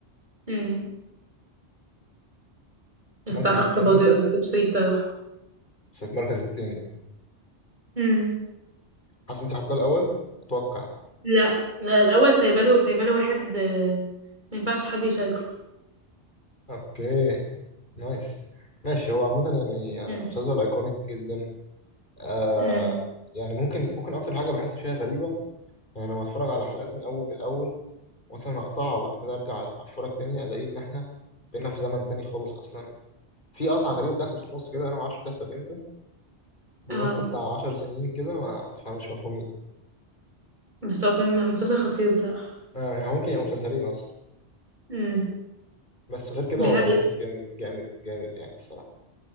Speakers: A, on the right; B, on the left.
A: امم يستحق
B: المركز الثاني
A: برضه يبقى من التوب 3 بصراحه
B: بس المركز الثاني
A: امم
B: حاسس انت حاطاه الاول اتوقع
A: لا لا، الاول سايباله سايباله واحد آه، ما ينفعش حد يشاركه
B: اوكي نايس ماشي هو عامة يعني آه،
A: امم
B: مسلسل ايكونيك جدا آه
A: امم
B: يعني ممكن ممكن اكتر حاجة بحس فيها غريبة يعني لما اتفرج على حلقات من اول من الاول مثلا اقطعها وبعد كده ارجع اتفرج تاني الاقي ان احنا بقينا في زمن تاني خالص اصلا في قطعة غريبة بتحصل في النص كده انا ما اعرفش بتحصل امتى بينطوا
A: اه
B: بتاع 10 سنين كده ما تفهمش مفهومين
A: بس هو فيلم مسلسل خطير بصراحه
B: آه يعني ممكن يبقى مسلسلين اصلا
A: امم
B: بس غير كده
A: دي
B: هو
A: حقيقة
B: جامد جامد جامد جامد يعني الصراحة